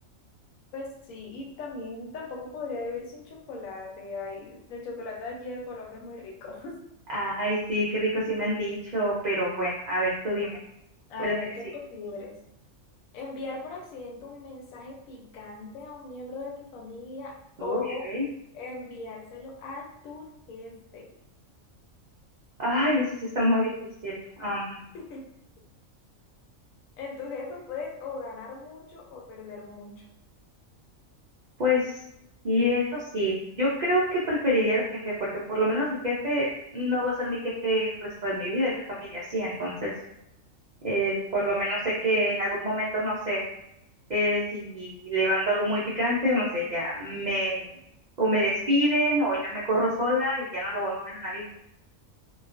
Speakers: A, on the left (about 80°); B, on the right (about 80°).
A: Pues sí, y también tampoco podría vivir sin chocolate, ay, el chocolate de aquí de Colombia es muy rico. <laughs>
B: Ay, sí, qué rico, sí me han dicho, pero bueno, a ver, tú dime,
A: A
B: ¿cuál es
A: ver,
B: la que
A: ¿qué
B: sí?
A: prefieres? Enviar por accidente un mensaje picante a un miembro de tu familia o
B: Uy, ok.
A: enviárselo a tu jefe.
B: Ay, eso sí está muy difícil. um,
A: <laughs> En tu jefe puedes o ganar mucho o perder mucho.
B: Pues, y eso sí, yo creo que preferiría al jefe, porque por lo menos el jefe no va a ser mi jefe el resto de mi vida y mi familia sí, entonces, eh, por lo menos sé que en algún momento, no sé, eh, si le mando algo muy picante, no sé, ya me, o me despiden, o yo me corro sola y ya no lo vuelvo a ver en la vida.